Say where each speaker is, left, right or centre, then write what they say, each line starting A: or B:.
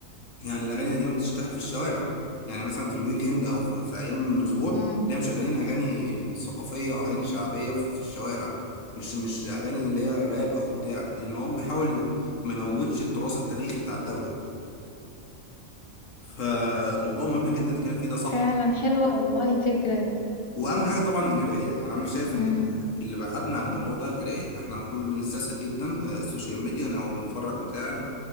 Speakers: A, on the left; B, on the left.
A: يعني الاغاني القديمة بتشتغل في الشوارع يعني مثلا في الويك اند او في, في ايام من الاسبوع
B: مم.
A: تلاقيهم مشغلين اغاني ثقافية واغاني شعبية في, في الشوارع مش مش اغاني اللي هي راب او بتاع لان هو بيحاول يب- ما يموتش التراث التاريخي بتاع الدولة فموضوع مهم جدا كان فيه ده صح
B: فعلا حلوة والله الفكرة دي
A: واهم حاجه طبعا القرايه يعني انا شايف ان
B: مم.
A: اللي بعدنا عن الموضوع ده القرايه احنا كل بنستسهل جدا آه، السوشيال ميديا نقعد نتفرج بتاع